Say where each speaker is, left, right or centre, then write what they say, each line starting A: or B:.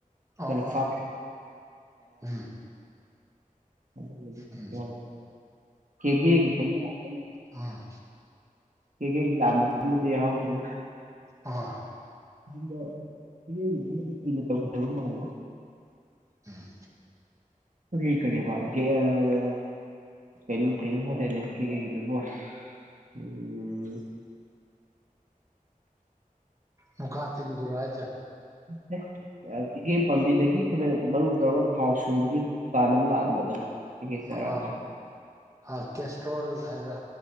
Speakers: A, on the right; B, on the right.
A: ꯑꯩꯈꯣꯏꯅ
B: ꯑꯧ ꯑꯥ
A: ꯐꯥ
B: ꯎꯝ
A: <unintelligible>
B: ꯎꯝ
A: <unintelligible> ꯀꯦꯒꯦ <unintelligible>
B: ꯑꯥ
A: ꯀꯦꯒꯦꯒꯤ ꯂꯥꯝꯕꯗꯨꯃꯗꯤ ꯍꯥꯎꯍꯧꯗ꯭ꯔꯦ
B: ꯑꯥ
A: ꯗꯨꯅ ꯅꯣꯏꯒꯤꯗꯨꯃꯗꯤ ꯀꯨꯏꯅ ꯇꯧꯈꯤꯗꯕ ꯃꯥꯜꯂꯦ
B: ꯑꯥ
A: ꯀꯔꯤ ꯀꯔꯤꯑꯕ ꯒꯤꯑꯥ ꯀꯩꯅꯝ ꯀꯩꯅꯣꯝ ꯍꯥꯏꯗꯥꯏꯅꯦ ꯀꯦ ꯀꯦ ꯒꯤꯗꯨꯕꯣ ꯎꯝ
B: ꯃꯨꯀꯥ ꯇꯤꯟꯗꯨꯔꯥ ꯍꯥꯏꯖꯦ
A: ꯍꯦ ꯑ ꯀꯦꯀꯦ ꯄꯥꯝꯕꯤꯗꯒꯤ ꯑꯩꯈꯣꯏꯅ ꯃꯔꯨ ꯇꯧꯔꯒ ꯊꯥꯎ ꯁꯨꯡꯕꯒꯤ ꯄ꯭ꯂꯥꯟ ꯑꯃ ꯂꯥꯛꯑꯝꯕꯗꯣ ꯀꯦꯒꯦ ꯆꯥꯔꯥ
B: ꯑ
A: ꯊꯥ
B: ꯍꯔ ꯀꯦꯁꯇ꯭ꯔꯣꯜ ꯍꯥꯏꯕ꯭ꯔꯥ